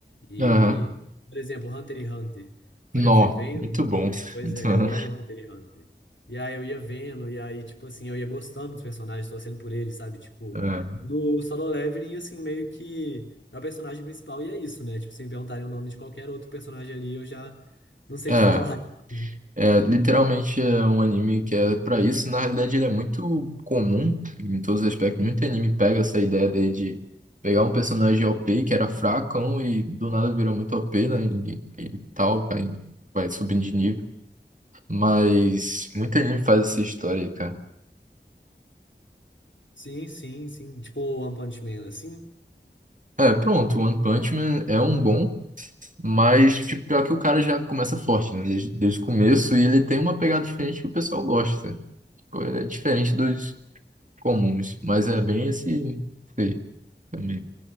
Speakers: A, on the left (about 85°); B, on the right (about 45°).
A: E,
B: Aham.
A: por exemplo, Hunter x Hunter. Quando
B: Nó.
A: eu fui vendo
B: Muito bom. <laughs>
A: Pois
B: Muito
A: é,
B: bom.
A: eu amo Hunter x Hunter. E aí eu ia vendo, e aí, tipo assim, eu ia gostando dos personagens, torcendo por eles, sabe? Tipo,
B: É.
A: no Solo Leveling, assim, meio que é o personagem principal e é isso, né? Tipo, se me perguntarem o nome de qualquer outro personagem ali, eu já não sei
B: É.
A: te <laughs> falar, sabe?
B: É, literalmente é um anime que é pra isso. Na realidade, ele é muito comum em todos os aspectos. Muito anime pega essa ideia dele de pegar um personagem OP que era fracão e do nada vira muito OP, né? Ele, ele tal, vai, vai subindo de nível. Mas muito anime faz essa história aí, cara.
A: Sim, sim, sim. Tipo o One Punch Man, assim.
B: É, pronto, One Punch Man é um bom, mas tipo, pior que o cara já começa forte, né? Desde, desde o começo, e ele tem uma pegada diferente que o pessoal gosta. Tipo, ele é diferente dos comuns, mas é bem esse, esse aí também.